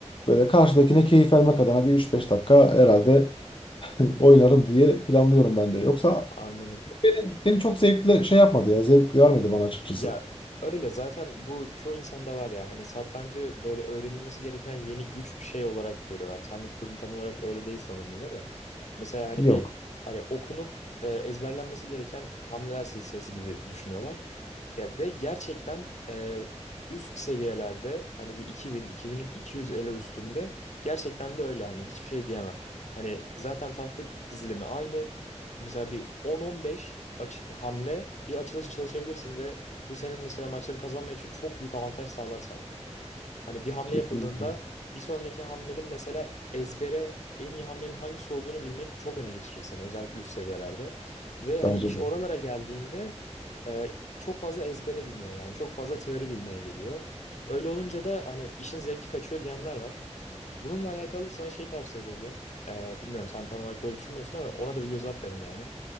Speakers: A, on the left (about 45°); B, on the left (about 75°).
A: böyle karşıdakine keyif vermek adına bir üç beş dakika herhalde <laughs> oynarım diye planlıyorum ben de. Yoksa
B: Anladım.
A: beni, beni çok zevkli şey yapmadı ya. Zevk vermedi bana açıkçası.
B: Ya öyle zaten bu çoğu insanda var ya hani satrancı böyle öğrenilmesi gereken yeni güç bir şey olarak görüyorlar. Sendeki durum tam olarak öyle değil sanırım yine de. Mesela hani
A: Yok.
B: bir hani okunup e, ezberlenmesi gereken hamleler silsilesi gibi düşünüyorlar. Ya ve gerçekten e, üst seviyelerde hani bir 2000 2200 ele üstünde gerçekten de öyle hani hiçbir şey diyemem. Hani zaten tahta dizilimi aynı. Mesela bir 10-15 aç- hamle bir açılış çalışabilirsin ve bu senin mesela maçları kazanman için çok büyük avantaj sağlar sana. Hani bir hamle
A: Kesinlikle.
B: yapıldığında bir sonraki hamlenin mesela ezbere en iyi hamlenin hangisi olduğunu bilmek çok öne geçirir seni özellikle üst seviyelerde. Ve hani
A: Bence
B: iş
A: de.
B: oralara geldiğinde e, çok fazla ezbere biniyor yani çok fazla teori bilmeye geliyor. Öyle olunca da hani işin zevki kaçıyor diyenler var. Bununla alakalı sana şey tavsiye edebilirim. E, bilmiyorum sen tam olarak böyle düşünmüyorsun ama ona da bir göz at derim yani.